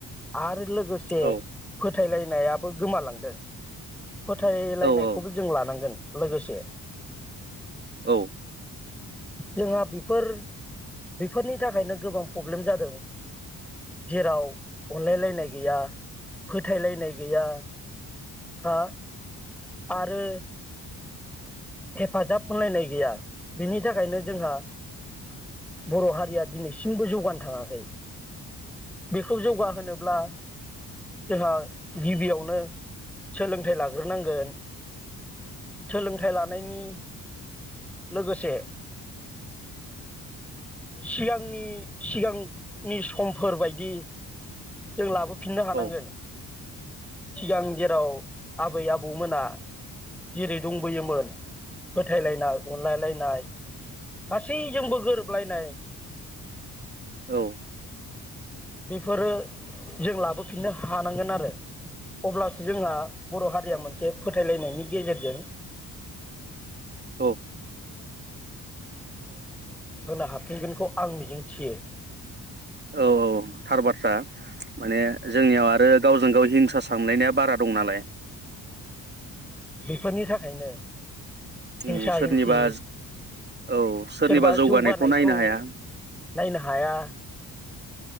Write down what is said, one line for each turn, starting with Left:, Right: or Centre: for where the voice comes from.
Centre: आरो लो लोगोसे
Right: औ
Centre: फो थायलायनायाबो गोमालांदों फोथायलायनायखौबो
Right: औ औ
Centre: जों लानांगोन लोगोसे
Right: औ
Centre: जोंहा बेफोर बेफोरनि थाखायनो गोबां प्रब्लेम जादों जेराव अनलायलायनाय गैया फोथायलायनाय गैया हा आरो हेफाजाब होनलायनाय गैया बेनि थाखायनो जोंहा बर' हारिया दिनैसिमबो जौगानो थाङाखै बेखौ जौगाहोनोब्ला जोंहा गिबियावनो सोलोंथाइ लाग्रोनांगोन सोलोंथाइ ला नायनि लोगोसे सिगांनि सिगां नि समफोरबायदि जों लाबो फिन्नो हानांगोन
Right: औ
Centre: सिगां जेराव आबै आबौमोना जेरै दंबोयोमोन फोथायलायनाय अनलायलायनाय गासैजोंबो गोरोबलायनाय
Right: औ
Centre: बेफोरो जों लाबोफिननो हानांगोन आरो अब्लासो जोंहा बर' हारिया मोन फोथायलायनायनि गेजेरजों
Right: औ
Centre: हाब फिनगोनखौ आं मिजिं थियो
Right: औ औ थार बाथ्रा माने जोंनियाव आरो गावजों गाव हिंसा सानलायनाया बारा दं नालाय
Centre: फोरनि थाखायनो हिंसा
Right: उम सोरनिबा
Centre: हिंसि
Right: औ सोरनिबा
Centre: सोरबा जौगानायखौ
Right: नायनो हाया
Centre: नायनो हाया